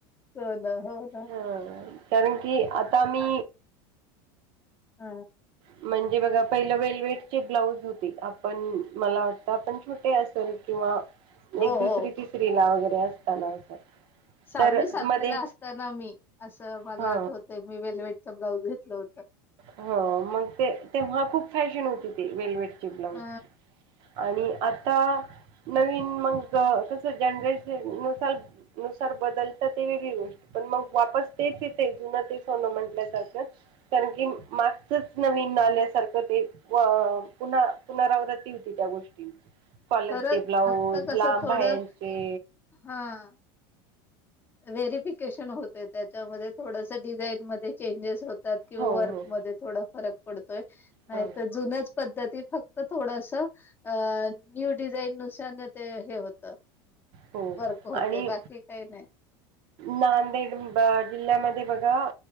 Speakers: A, on the left; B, on the right.
A: हो ना हो. ना
B: हा कारण की आता मी
A: ह
B: म्हणजे बघा पहिलं वेलवेट चे ब्लाऊज होते आपण मला वाटतं आपण छोटे असेल किंवा
A: हो
B: एक दुसरी
A: हो
B: तिसरी ला वगैरे असताना असं.
A: सहावी
B: तर
A: सातवीला
B: मध्ये
A: असताना मी असं मला
B: हा
A: आठवत मी वेलवेटच ब्लाऊज घेतलं होतं.
B: ह मग ते तेव्हा खूप फॅशन होती ती वेलवेेड ची ब्लाउजची
A: ह
B: आणि आता नवीन मग कसं जनरेशन नुसल. नुसार बदलताातव बिघऊ पण मग वापस तेच येते जुन तेच होणं म्हंटल्यासारखं कारण की मागचच नवीन आल्यासारखं ते व पुन्हा पुनरावृत्ती होती त्या गोष्टींची कॉलरचे
A: खरं
B: ब्लाऊज
A: फक्त कसं
B: लांबयांचे
A: थोडं हा. व्हेरिफिकेशन होते त्याच्यामध्ये थोडसं डिझाईन मध्ये चेंजेस होतात. किंवा
B: हो
A: वर्क
B: हो
A: मध्ये थोडा फरक पडतोय नाही
B: हो
A: तर जुनच पद्धती फक्त थोडस. अ न्यू डिझाईन नुसार ते हे होतं.
B: हो
A: वर्क होतय
B: आणि
A: बाकी काही नाही.
B: नांदेड जिल्ह्यामध्ये बघा